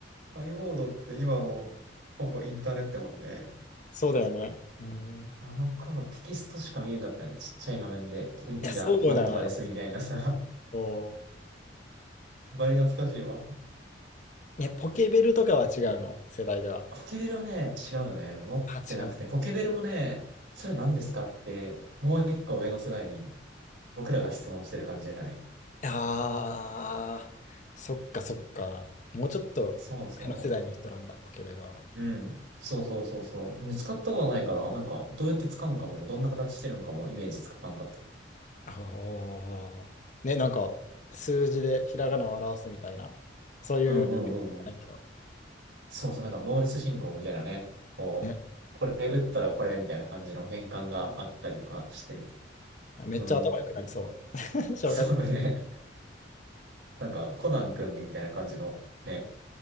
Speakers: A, on the right; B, on the left.
A: i モードって今の、ほぼインターネットやもんね。
B: そうだよね。うん。
A: あの頃テキストしか見えんかったよね。ちっちゃい画面で天気がなんとかですみたいなさ。
B: いや、そうなのよ。そ
A: バリ懐かしいわ。
B: う。え、ポケベルとかは違うの、世代では。
A: ポケベルはね、違うよね。持ってなくて。
B: あ、違う。
A: ポケベルもね、それ何ですかって、もう一個上の世代に僕らが質問してる感じだね。
B: ああそっかそっか。もうちょっと前の世代の人なんだ、
A: そうそう。
B: ポケベルは。
A: うん。そうそうそうそう。ね使ったことないから、なんか、どうやって使うんかも、どんな形してるんかも、イメージつかんかった。
B: おー。ね、なんか数字でひらがなを表すみたいな、そういう、
A: うんうんうんうん。
B: ないけど、
A: そうそう、なんか、モールス信号みたいなね。こう、
B: ね、
A: これ打ったらこれみたいな感じの変換があったりとかしてる。
B: めっちゃ頭良くなりそう。
A: うん。
B: <laughs> 小学校。
A: そうね。なんか、コナン君みたいな感じの、ね、